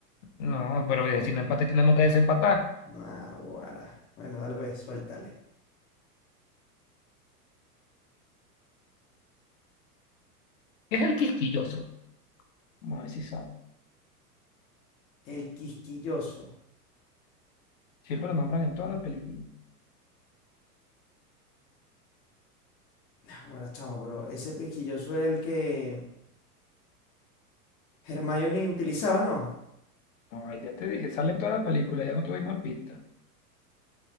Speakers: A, on the left; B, on the left.
A: No, pero bien,
B: no,
A: si no empate tenemos que desempatar.
B: nah, guara. Bueno, dale, ve, suéltale.
A: Es el quisquilloso. Vamos a ver si sabe.
B: El quisquilloso.
A: Siempre lo nombran en todas las películas.
B: Nah, guara, chamo, pero ese quisquilloso era el que Hermione utilizaba, ¿no?
A: No, Ay, ya te dije, sale en todas las películas, ya no tuvimos pistas.